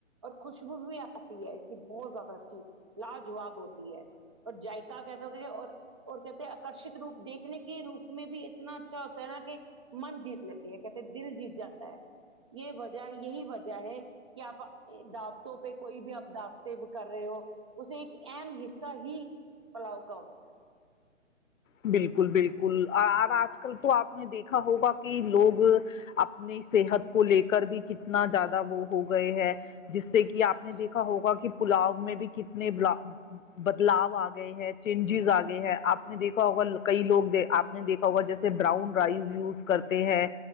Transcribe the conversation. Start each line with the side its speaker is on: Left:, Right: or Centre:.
Right: اور خوشبو بھی آتی ہے اس کی بہت زیادہ اچھی لاجواب ہوتی ہے اور جائقہ کہتے ہوتے اور اور کہتے ہیں آکرشت روپ دیکھنے کے روپ میں بھی اتنا اچھا ہوتا ہے نا کہ من جیت لیتی ہے کہتے ہے دل جیت جاتا ہے یہ وجہ یہی وجہ ہے کہ آپ دابتوں پہ کوئی بھی آپ دعوتیں کر رہے ہو ایک اہم حصہ ہی پلاؤ کا ہوتا ہے
Left: بالکل بالکل اب آج کل تو آپ نے دیکھا ہوگا کہ لوگ اپنی صحت کو لے کر بھی کتنا زیادہ وہ ہو گئے ہے جس سے کہ آپ نے
Right: جی
Left: دیکھا ہوگا کہ پلاؤ میں بھی کتنے بدلاؤ آ گئے ہیں جن چیز آ گئے ہے آپ نے دیکھا ہوگا کئی لوگ آپ نے دیکھا ہوگا جیسے براؤن رائس یوز کرتے ہیں